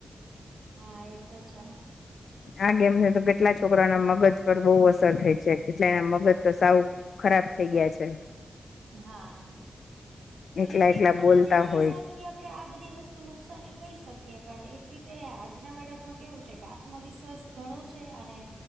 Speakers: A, on the right (about 85°); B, on the left (about 80°).
A: હા એતો છે
B: આે એમને તો ગ એટલા છોકરાના મગજ પર બહુ અસર થઈ છે એટલે એના મગજ તો સાવ ખરાબ થઇ ગયા છે
A: હા એટલે
B: એકલા
A: ટેકનોલોજી
B: એકલા બોલતા
A: ના હિસાબ
B: હોય
A: થી આપણેે આ બધી વસ્તુ નુકસાની કહી શકીએ પણ એક રીતે આજના બાળકમાં કેવું છે કે આત્મવિશ્વાસ ઘણો છે અને